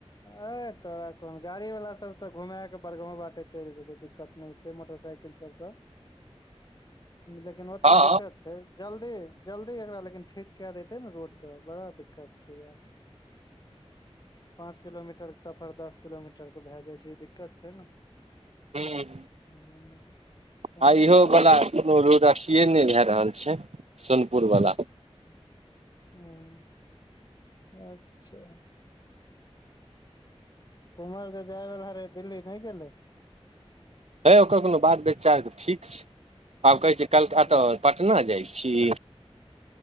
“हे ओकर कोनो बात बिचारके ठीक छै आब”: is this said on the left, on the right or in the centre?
Right